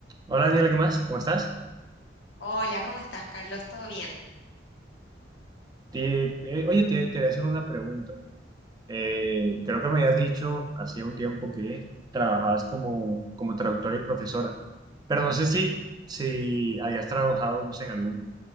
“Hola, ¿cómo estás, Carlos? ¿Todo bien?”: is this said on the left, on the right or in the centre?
Left